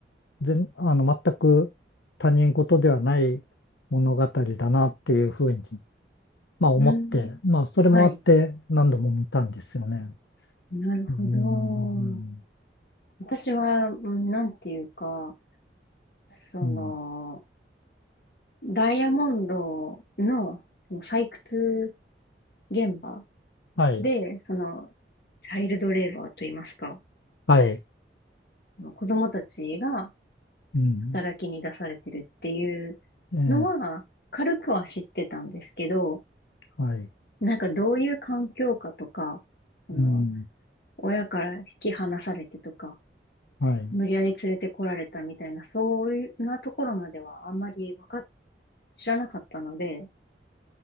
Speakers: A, on the left (about 80°); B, on the left (about 55°).
A: 全、あの、全く他人事ではない物語だなっていうふうに、まあ思って、
B: うーん。
A: まあそれもあって何度も見たんですよね。
B: はい。なるほど。
A: うーん、
B: 私は、うんなんていうか、その、
A: うん、
B: ダイヤモンドの、その採掘現場
A: はい、
B: で、その、チャイルドレーバーといいますか、
A: はい、
B: あの子供たちが、
A: うん、
B: 働きに出されてるっていうのは、
A: ええ、
B: 軽くは知ってたんですけど、
A: はい、
B: なんかどういう環境かとか、あの、
A: うん、
B: 親から引き離されてとか、
A: はい、
B: 無理やり連れてこられたみたいな、そういうなところまではあんまりわかっ、知らなかったので、